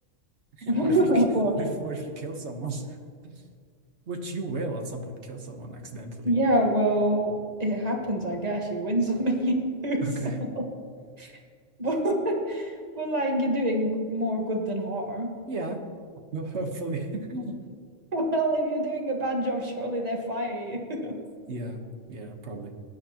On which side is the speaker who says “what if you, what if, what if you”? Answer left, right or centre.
Right